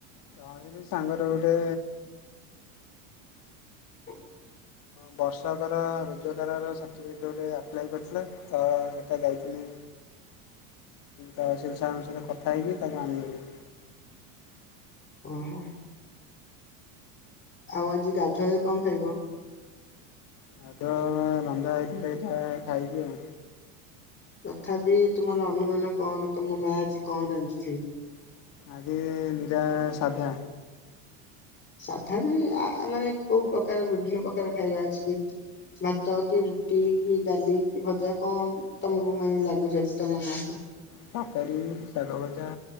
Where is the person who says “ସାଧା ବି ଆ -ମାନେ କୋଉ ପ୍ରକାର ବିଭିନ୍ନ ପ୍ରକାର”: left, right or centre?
Left